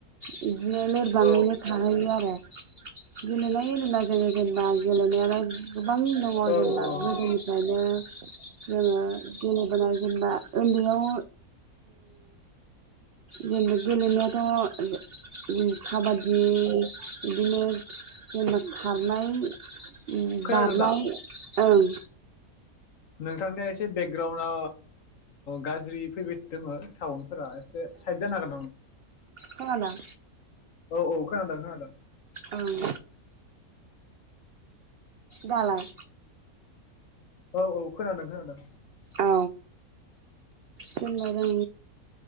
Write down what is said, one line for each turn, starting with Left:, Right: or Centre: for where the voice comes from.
Right: बिदिनो लोरबाङैनो
Left: औ
Right: थाहैयो आरो गेलेनाय होनोब्ला जोङो जेनबा। <unintelligible> गोबां दङ जेनेबा
Left: औ ओ
Right: गोदोनि जोङो जोङो गेलेबोनान जोङो दा ओन्दैयाव जोङो जेनेबा गेलेनायाथ खाबादि बिदिनो जेनेबा खारनाय
Left: खोनादों
Right: बारनाय
Left: दा
Right: ओं।
Left: नोंथांनिया एसे बेकग्राउणडआ गाज्रि फैबाय दोङो साउन्ड फोरा एसे साइद जानो हागोन नामा
Right: खोनादों
Left: औ औ खोनादों खोनादों।
Right: ओं। दालाय
Left: औ औ खोनादों खोनादों
Right: औ जेनबा जों